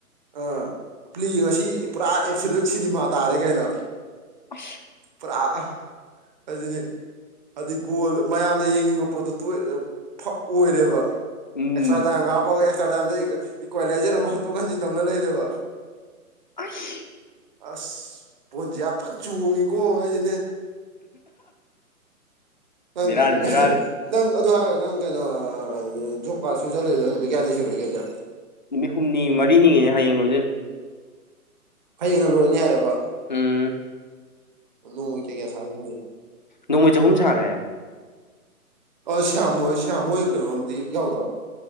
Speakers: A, on the right; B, on the left.
A: ꯑꯥ ꯄ꯭ꯂꯂꯤ ꯉꯁꯤ ꯄꯨꯔꯥ ꯑꯦꯞꯁꯣꯂꯨꯠ ꯁꯤꯅꯤꯃꯥ ꯇꯥꯔꯦ ꯀꯥꯏꯅ
B: ꯑ
A: ꯄ꯭ꯔꯥ ꯍꯧꯖꯤꯅꯤ ꯑꯗꯩ ꯒꯣꯜ ꯃꯌꯥꯝꯅ ꯌꯦꯡꯅꯤꯡꯕ ꯄꯣꯠꯇꯣ ꯑꯣꯏꯔꯦꯕ
B: ꯎꯝ
A: ꯑꯦꯛꯁꯇ꯭ꯔꯥ ꯇꯥꯏꯝ ꯀꯥꯞꯄꯒ ꯑꯦꯁ꯭ꯔ ꯇꯥꯏꯝꯗ ꯏꯀ꯭ꯋꯦꯂꯥꯏꯖꯔ ꯑꯃꯛꯟꯇꯣꯛꯟꯖꯤꯟ ꯇꯧꯅ ꯂꯩꯦꯕ
B: ꯑꯩ
A: ꯑꯁ ꯄꯣꯟꯁꯤ ꯌꯥꯝꯄ ꯆꯣꯡꯉꯤꯀꯣ ꯑꯩꯁꯤꯅꯦ ꯍꯪ
B: ꯕꯦꯔꯥꯅꯤ ꯕꯦꯔꯥꯅꯤ
A: ꯅꯪ ꯑꯗꯨ ꯍꯥꯏꯔꯣ ꯅꯪ ꯀꯩꯅꯣ ꯖꯣꯕ ꯀꯥꯔꯠ ꯁꯨ ꯆꯠꯂꯨꯏꯗ ꯅꯨꯃꯤꯠ ꯀꯌꯥꯅꯤ ꯁꯨꯔꯒꯦꯁꯦ
B: ꯅꯨꯃꯤꯠ ꯍꯨꯝꯅꯤ ꯃꯔꯤꯅꯤꯒꯤꯅꯦ ꯍꯌꯦꯡ ꯂꯣꯏꯗꯨꯅꯦ
A: ꯍꯌꯦꯡꯅ ꯂꯣꯏꯔꯅꯤ ꯍꯥꯏꯔꯕ
B: ꯎꯝ
A: ꯅꯣꯟꯃꯥꯒꯤ ꯀꯌꯥ ꯀꯌꯥ ꯁꯥꯒꯤ
B: ꯅꯣꯡꯃꯩ ꯆꯍꯨꯝ ꯁꯥꯈ꯭ꯔꯦ ꯍꯥꯏꯕ
A: ꯑ ꯁꯌꯥꯝꯃꯣꯏ ꯁꯌꯥꯝꯃꯣꯏ ꯀꯩꯅꯣꯝꯗꯤ ꯌꯥꯎꯗ꯭ꯔꯣ